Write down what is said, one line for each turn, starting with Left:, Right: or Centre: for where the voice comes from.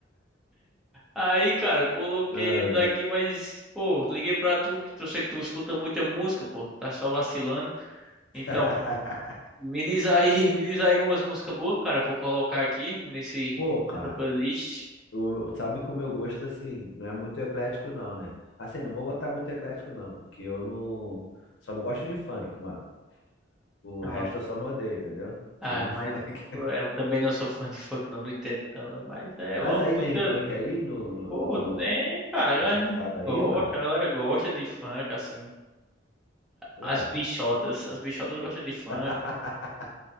Centre: Aí, cara, eu coloquei
Left: Ah.
Centre: eles aqui, mas, pô, liguei pra tu, que eu sei que tu escuta muita música, pô, tá só vacilando.
Left: <laughs>
Centre: Então, me diz aí, <laughs> me diz aí umas músicas boas, cara, pra eu colocar aqui nesse,
Left: Pô, cara,
Centre: nessa playlist.
Left: o meu- sabe que o meu gosto, assim, não é muito eclético, não, né? Assim, não vou botar muito eclético, não, porque eu não. Só não gosto de funk, mano. O
Centre: Não,
Left: resto eu só não odeio, entendeu?
Centre: ah,
Left: Tirando
Centre: mas
Left: <laughs> funk.
Centre: pô, eu também não sou fã de funk, não, não entendo, não, mas é
Left: Mas
Centre: uma música,
Left: aí tem funk aí no, no,
Centre: pô,
Left: no teu lugar?
Centre: tem, cara, a galera
Left: No teu estado aí,
Centre: gosta,
Left: mano?
Centre: a galera gosta de funk, assim,
Left: Ué.
Centre: as bichotas, as bichotas gostam de funk.
Left: <laughs>